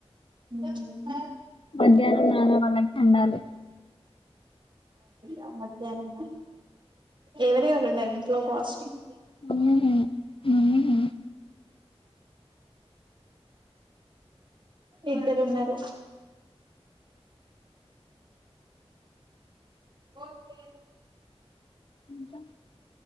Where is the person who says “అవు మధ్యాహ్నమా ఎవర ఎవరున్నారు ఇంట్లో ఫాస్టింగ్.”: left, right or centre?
Right